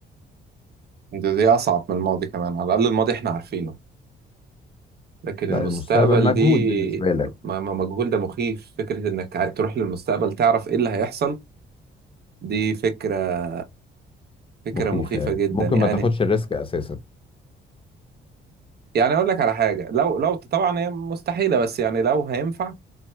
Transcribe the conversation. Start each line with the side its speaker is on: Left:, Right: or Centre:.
Right: دي دي أصعب من الماضي كمان على الأقل الماضي احنا عارفينه لكن
Left: لا
Right: المستقبل
Left: المستقبل مجهول
Right: دي
Left: بالنسبة لك
Right: ما ما- مجهول ده مخيف فكرة انك تروح للمستقبل تعرف ايه اللي هيحصل دي فكرة فكرة
Left: مخيفة
Right: مخيفة
Left: يعني
Right: جدا
Left: ممكن
Right: يعني
Left: ما تاخدش الريسك اساسا
Right: يعني اقول لك على حاجه لو لو طبعا هي مستحيله بس يعني لو هينفع